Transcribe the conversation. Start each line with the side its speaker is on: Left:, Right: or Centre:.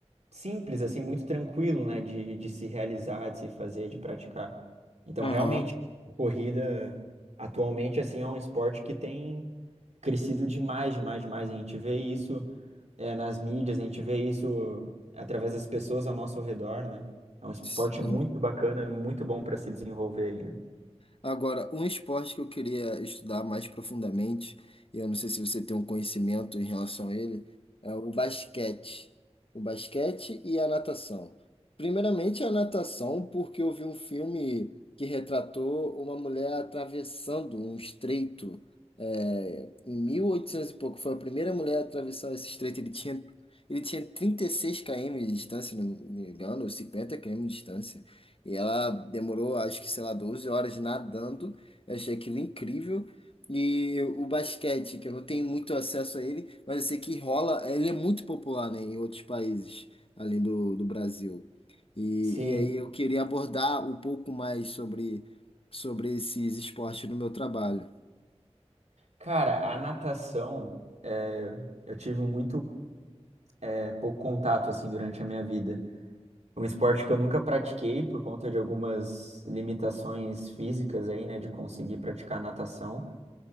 Right: simples, assim, muito tranquilo, né, de, de se realizar, de se fazer, de praticar. Então,
Left: Aham.
Right: realmente, a corrida atualmente, assim, é um esporte que tem crescido demais, demais, demais. A gente vê isso, eh, nas mídias, a gente vê isso através das pessoas ao nosso redor, né? É um esporte
Left: Sim.
Right: muito bacana, muito bom para se desenvolver aí, né?
Left: Agora, um esporte que eu queria estudar mais profundamente, e eu não sei se você tem um conhecimento em relação a ele, é o basquete. O basquete e a natação. Primeiramente, a natação, porque eu vi um filme que retratou uma mulher atravessando um estreito, é, em 1800 e oitocentos e pouco. Foi a primeira mulher a atravessar esse estreito. Ele tinha, ele tinha 36 km de distância, se não me engano, ou 50 km de distância. E ela demorou, acho que, sei lá, 12 horas nadando. Eu achei aquilo incrível. E o basquete, que eu não tenho muito acesso a ele, mas eu sei que rola, ele é muito popular, né, em outros países, além do, do Brasil. E,
Right: Sim,
Left: e aí eu queria abordar um pouco mais sobre, sobre esses esportes no meu trabalho.
Right: cara, a natação, eh, eu tive muito, eh, pouco contato, assim, durante a minha vida. Um esporte que eu nunca pratiquei por conta de algumas limitações físicas aí, né, de conseguir praticar natação.